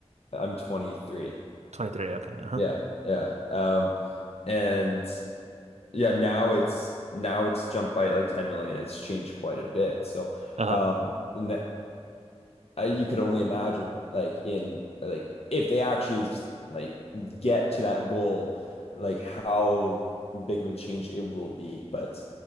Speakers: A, on the left; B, on the right.
A: I'm 23.
B: 23. Okay. Uh-huh.
A: Yeah, yeah. Um and yeah, now it's now it's jumped by like 10 million. It's changed quite a bit. So
B: Uh-huh.
A: um and that uh, you could only imagine like in like if they actually like get to that goal like how big of a change it will be but